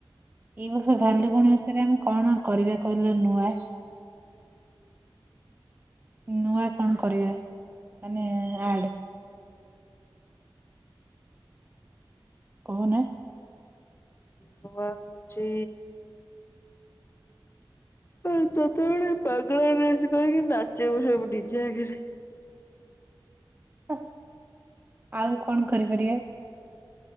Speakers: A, on the right; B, on the left.
A: ଏଇ ବର୍ଷ ଭାଲୁକୁଣୀ ଓଷାରେ ଆମେ କଣ କରିବା କହିଲ ନୂଆ? ନୂଆ କଣ କରିବା ମାନେ ଆଡ୍? କହୁନ।
B: ନୂଆ ହଉଛି ଏ ତତେ ଗୋଟେ ପାଗଳା ଡ୍ରେସ୍ କରିକି ନାଚିବ ସବୁ ଡିଜେ ଆଗରେ।
A: ହା ଆଉ କଣ କରିପାରିବେ?